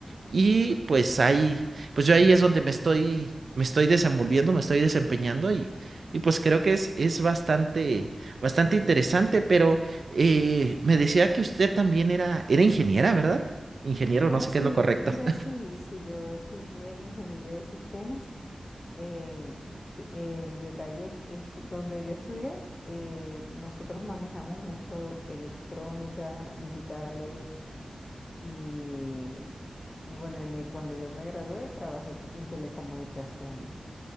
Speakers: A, on the right; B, on the left.
A: y pues ahí, pues yo ahí es donde me estoy, me estoy desenvolviendo, me estoy desempeñando y, y pues creo que es, es bastante, bastante interesante, pero eh, me decía que usted también era, era ingeniera, ¿verdad? Ingeniero,
B: Ah,
A: no sé
B: sí,
A: qué es lo correcto.
B: mira,
A: <laughs>
B: sí, sí, yo estudié ingeniería de sistemas. em, p- el detalle es que donde yo estudié, eh, nosotros manejamos mucho electrónica, digitales y, y bueno, en el- cuando yo me gradué trabajé co- en telecomunicaciones.